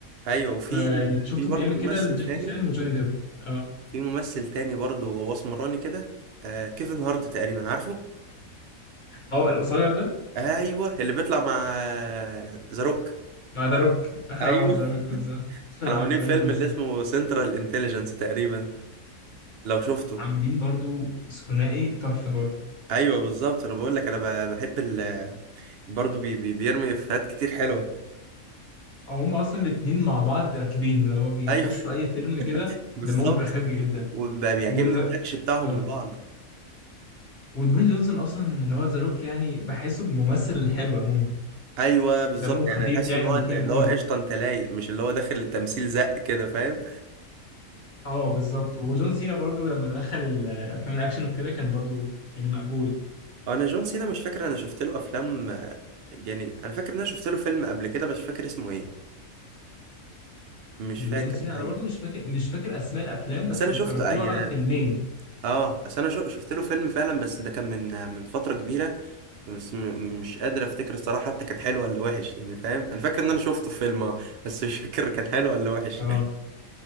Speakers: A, on the right (about 65°); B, on the left (about 35°).
A: ايوه وفي
B: فشفته
A: في برضه
B: بيعمل
A: ممثل
B: كده لجاكي
A: تاني
B: شان وجوني ديب آه.
A: في ممثل تاني برضه هو اسمراني كده آه كيفن هارت تقريبا عارفه
B: اه القصير ده
A: ايوه اللي بيطلع مع آه، ذا روك
B: مع ذا روك <laughs>
A: ايوه
B: اه ذا روك بالظبط <laughs>
A: كانوا
B: اه
A: عاملين
B: دوين
A: فيلم
B: جونسون
A: اللي اسمه سنترال انتليجنس تقريبا لو شفته
B: عاملين برضو ثنائي تحفة برضو
A: ايوه بالظبط انا بقول لك انا ب- بحب ال برضه بي بي بيرمي افيهات كتير حلوه
B: او هم اصلا الاتنين مع بعض راكبين اللي هو بيخشوا
A: ايوه
B: اي فيلم كده
A: <laughs> بالظبط
B: دمهم بخير جدا
A: وبيعجبني
B: و...
A: النكش بتاعهم
B: آه.
A: لبعض
B: ودوين جونسون اصلا اللي هو ذا روك يعني بحسه ممثل حلو عموما
A: ايوه بالظبط
B: دمه
A: يعني
B: خفيف
A: احس
B: يعني
A: ان هو
B: وفيه
A: اللي
B: قبول
A: هو قشطه انت لايق مش اللي هو داخل للتمثيل زق كده فاهم
B: اه بالظبط وجون سينا برضو لما دخل ال- الافلام الاكشن وكده كان برضو يعني مقبول
A: هو انا جون سينا مش فاكر انا شفت له افلام آه، يعني انا فاكر ان انا شفت له فيلم قبل كده بس مش فاكر اسمه ايه مش
B: لجون
A: فاكر
B: سينا
A: الحقيقه
B: انا برضو مش فاكر مش فاكر اسماء الافلام بس
A: بس انا شفته
B: اتفرجت
A: يعني
B: له على فيلمين
A: اه اصل انا شو- شفت له فيلم فعلا بس ده كان من من فتره كبيره بس م- مش قادر افتكر الصراحه حتى كان حلو ولا وحش يعني فاهم انا فاكر ان انا شفته في فيلم آه، بس مش فاكر كان حلو ولا وحش
B: اه
A: <laughs>